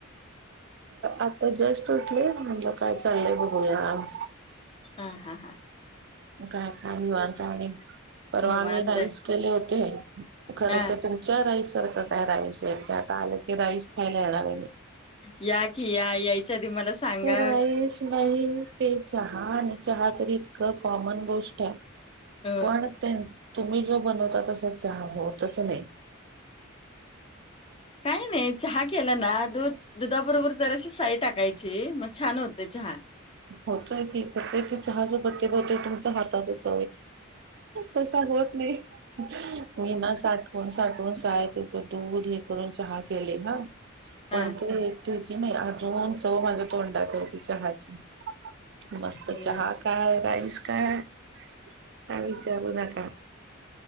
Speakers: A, on the right (about 55°); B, on the left (about 25°).
A: आंता जस्टं उठले. म्हटलं कायं चाललंय बघुंया-
B: हां हां हां....
A: कायं कां निवांत आहे आणि पर्वा
B: निवांत
A: आम्हीं राईस
B: आहे
A: केले होते खरं
B: हा
A: तरं तुमच्यां राईस सारखं कायं राईस आहे ते आंता आलं की राईस खांयला येणारं आहे मी.
B: या की या यायच्या आधी मला सांगा
A: राईस- नाहीं ते चहा आणि चहा तरं इतकं कॉमन गोष्ट आहे-
B: अ
A: पणं त्यां तुम्हीं जो बनवतां तसां चहा बनतंच नाहीं
B: कायं नाहीं चहा केलां नां दुधं दुधांबरोबर जरांशी साय टाकांयची मंग छान होते चहा
A: होतोय की ते चहाजोपत्ते बोते तुमच्या हातांतच तसां होतं नाहीं मी नां साठवून साठवुन सायं त्यांचं दूधं हे करूंन चहा केले नां
B: हा
A: पणं ते- त्यांची नाहीं अजूंन चवं माझ्या तोंडात आहेय तीच्या हातची चहाची- मस्तं
B: होय.
A: चहा कायं, राईस कायं, कायं विचारू नकां-